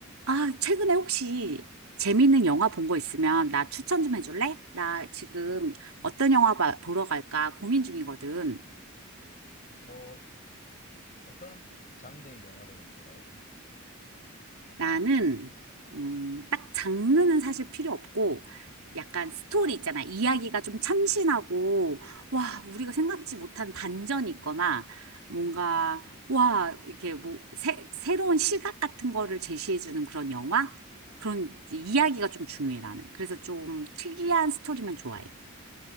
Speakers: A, on the right; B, on the left.
A: 아, 최근에 혹시 재밌는 영화 본 거 있으면 나 추천 좀 해줄래? 나 지금 어떤 영화 봐- 보러 갈까 고민 중이거든.
B: 어, 어떤 장르의 영화를 좋아해?
A: 나는, 음, 딱 장르는 사실 필요 없고, 약간 스토리 있잖아. 이야기가 좀 참신하고, 와, 우리가 생각지 못한 반전이 있거나, 뭔가, 와, 이렇게 뭐, 새, 새로운 시각 같은 거를 제시해주는 그런 영화? 그런 이야기가 좀 중요해, 나는. 그래서 좀 특이한 스토리만 좋아해.